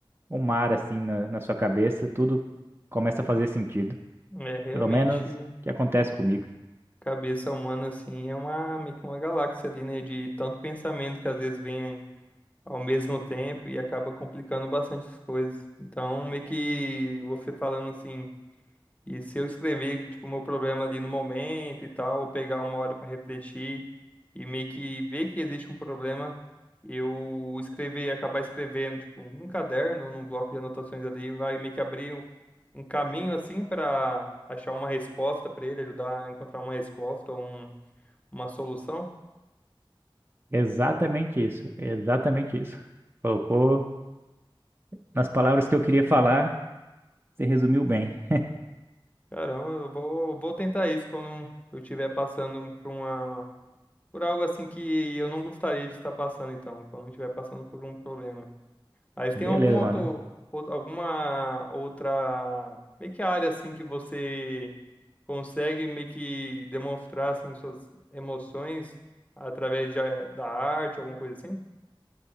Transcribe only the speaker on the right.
um mar assim na na sua cabeça, tudo começa a fazer sentido.
Pelo menos que acontece comigo.
Exatamente isso, exatamente isso. Colocou nas palavras que eu queria falar, você resumiu bem.
Beleza,
mano.